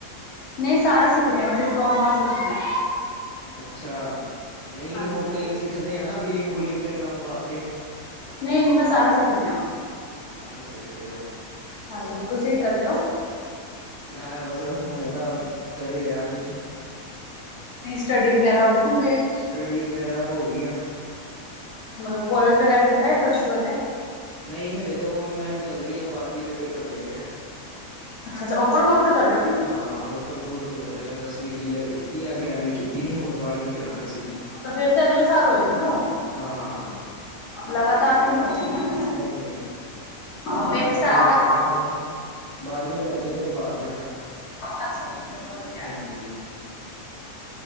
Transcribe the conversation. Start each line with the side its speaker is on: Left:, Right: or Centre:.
Left: ਨਹੀਂ ਸਾਰਾ ਸਿੱਖਦੀਆਂ, ਮੈਂ ਡਿਪਲੋਮਾ ਸਿੱਖਦੀ ਆਂ
Right: ਅੱਛਾ ਨਹੀਂ
Left: ਹਾਂਜੀ
Right: ਉਹ ਕਈ ਸਿੱਖਦੇ ਆ, ਨਾ ਬਿਲਿੰਗ ਬੁਲਿੰਗ ਦੇ ਕੰਮ ਵਾਸਤੇ
Left: ਨਹੀਂ ਨਹੀਂ, ਮੈਂ ਸਾਰਾ ਸਿੱਖਦੀ ਆਂ
Right: ਸਾਰਾ ਸਿੱਖ ਰਹੇ ਹੋ
Left: ਹਾਂਜੀ, ਤੁਸੀਂ ਕੀ ਕਰਦੇ ਹੋ
Right: ਮੈਂ ਬਸ ਹੁਣੇ ਤਾਂ ਕਰੀ ਹੀ ਰਿਹਾ ਕੁਛ
Left: ਨਹੀਂ ਸਟੱਡੀ ਵਗੈਰਾ, ਹੋ ਗਈ ਕੰਪਲੀਟ
Right: ਸਟੱਡੀ ਵਗੈਰਾ ਹੋ ਗਈ ਆ
Left: ਮਤਲਬ ਕੋਲਜ ਵਗੈਰਾ ਕੀਤਾ ਹੈ, ਪਲੱਸ ਟੂ ਅਜੇ
Right: ਨਹੀਂ ਹਜੇ ਤਾਂ ਔਨਲਾਈਨ ਚੱਲ ਰਹੀ ਆ, ਬਾਰਵੀਂ ਦੇ ਪੇਪਰ ਦੇਣੇ ਐ
Left: ਅੱਛਾ ਅੱਛਾ ਔਪਨ ਬੋਰਡ ਤੋ ਕਰ ਰਹੇ ਹੋ ਜੀ।
Right: ਹਾਂ ਹਾਂ ਓਪਨ ਬੋਰਡ ਤੋਂ ਕਰ ਰਿਹਾ, ਦਸਵੀਂ ਕਲੀਅਰ ਕੀਤੀ ਆ, ਗਿਆਰਵੀਂ ਕੀਤੀ ਨੀ, ਹੁਣ ਬਾਰਵੀਂ ਕਰਾਂਗੇ ਸਿੱਧੀ
Left: ਤਾਂ ਫਿਰ ਤੇ ਅਗਲੇ ਸਾਲ ਹੋਏਗੀ ਨਾ ਉਹ
Right: ਹਾਂ-ਹਾਂ-ਹਾਂ
Left: ਲਗਾਤਾਰ ਤੇ ਨੀ ਹੋਏਗੀ ਨਾ
Right: ਨਹੀਂ-ਨਹੀਂ
Left: ਫਿਰ, ਇੱਕ
Right: ਬਾਰਵੀਂ
Left: ਸਾਲ
Right: ਕਰਨੀ ਆ ਹੁਣ ਬਾਰਵੀਂ ਕਰਕੇ ਫਿਰ ਬਾਹਰ ਜਾਣਾ
Left: ਅੱਛਾ ਅੱਛਾ ਚਲੋ ਵਧੀਆ
Right: ਹਾਂਜੀ।